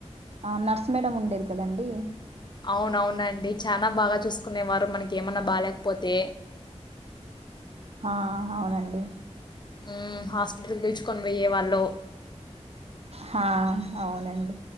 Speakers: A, on the right (about 60°); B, on the left (about 40°).
A: ఆ నర్స్ మేడం ఉండేది కదండి.
B: అవునవునండి చాన బాగా చూసుకునేవారు మనకి ఏమన్నా బాలేకపోతే
A: హ హవునండి
B: మ్ హాస్పిటల్కి పిలుచుకొని పోయే వాళ్ళు
A: హా అవునండి